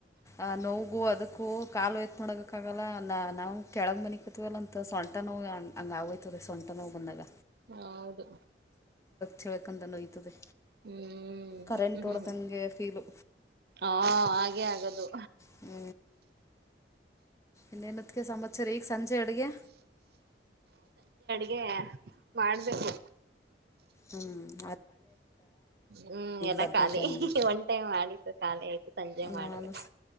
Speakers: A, on the left; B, on the right.
A: ಆ ನೋವುಗೂ ಅದಕ್ಕೂ ಕಾಲು ಎತ್ ಆಗಲ್ಲ ನ ನಾವು ಕೆಳಗ್ ಮನಿ ಇತ್ವಲ್ಲ ಅಂತ ಸೊಂಟ ನೋವು ಹಂಗೆ ಆಗಾಯ್ತದೆ ಸೊಂಟ ನೋವು ಬಂದಾಗ
B: ಹೌದು
A: ಚಳ್ಕ ನೋಯ್ತದೆ
B: ಹ್ಮ್
A: ಕರೆಂಟ್
B: ಹ್ಮ್
A: ಹೊಡದಂಗೆ
B: ಹ್ಮ್
A: ಫೀಲು
B: ಹಾ ಹಾಗೆ ಆಗದು
A: ಹ್ಮ ಇನೇನುಅತ್ತಿಗೆ ಸಮಾಚಾರಿ ಸಂಜೆ ಅಡುಗೆ
B: ಗೆ ಮಾಡ್ಬೇಕು
A: ಹ್ಮ್
B: ಹ್ಮ್ ಎಲ್ಲ
A: ಬದನೇಕಾಯಿ
B: ಖಾಲಿ
A: ಹಂಗೆ
B: ಒನ್ ಟೈಮ್ ಮಾಡಿತ್ತು ಖಾಲಿ ಆಯ್ತು ಸಂಜೆ ಮಾಡ್ಬೇಕು
A: ನಾನು